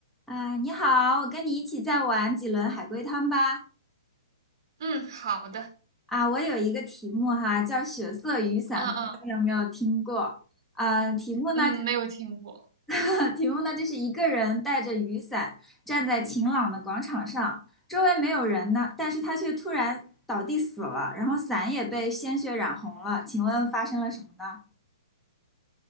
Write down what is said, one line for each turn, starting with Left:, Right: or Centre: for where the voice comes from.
Centre: 啊，你好，我跟你一起再玩几轮海龟汤吧。
Right: 嗯，好的，
Centre: 啊，我有一个题目哈，叫血色雨伞，
Right: 嗯嗯
Centre: 不知道你有没有听过？啊，题目呢，
Right: 嗯，没有听过
Centre: <laughs> 题目呢，就是一个人带着雨伞站在晴朗的广场上，周围没有人呢，但是他却突然倒地死了，然后伞也被鲜血染红了。请问发生了什么呢？